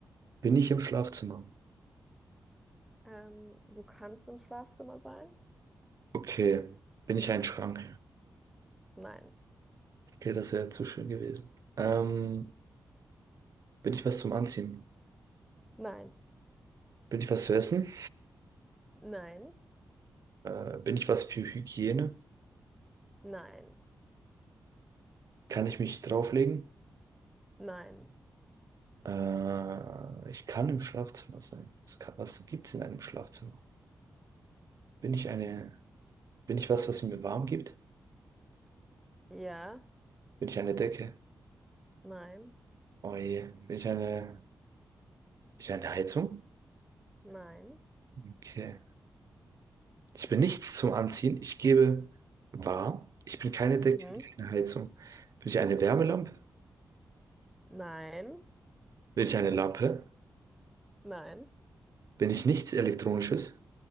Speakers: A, on the right (about 55°); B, in the centre.
A: bin ich im Schlafzimmer?
B: Ähm, du kannst im Schlafzimmer sein?
A: Okay. Bin ich ein Schrank?
B: Nein.
A: Okay, das wäre zu schön gewesen. Ähm, bin ich was zum Anziehen?
B: Nein.
A: Bin ich was zu essen?
B: Nein.
A: Äh, bin ich was für Hygiene?
B: Nein.
A: Kann ich mich drauflegen?
B: Nein.
A: Äh, ich kann im Schlafzimmer sein. Was, kann- was gibt's in einem Schlafzimmer? Bin ich eine, bin ich was, was mir warm gibt?
B: Ja.
A: Bin ich eine Decke?
B: Nein.
A: Oh je. Bin ich eine, bin ich eine Heizung?
B: Nein.
A: Okay. Ich bin nichts zum Anziehen. Ich gebe warm. Ich bin keine
B: Mhm.
A: Decke, keine Heizung. Bin ich eine Wärmelampe?
B: Nein.
A: Bin ich eine Lampe?
B: Nein.
A: Bin ich nichts Elektronisches?